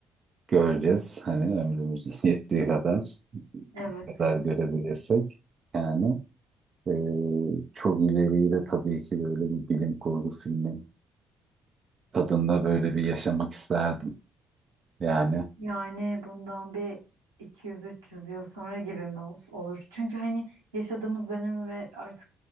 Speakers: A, on the right (about 45°); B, on the right (about 85°).
A: göreceğiz hani ömrümüz <laughs> yettiği kadar
B: Evet.
A: kadar görebilirsek. Yani e, çok ileriyi de tabii ki böyle bir bilim kurgu filmi tadında böyle bir yaşamak isterdim. Yani.
B: Yani bundan bir 200-300 yıl sonra gibi mi ol- olur? Çünkü hani yaşadığımız dönemi ve artık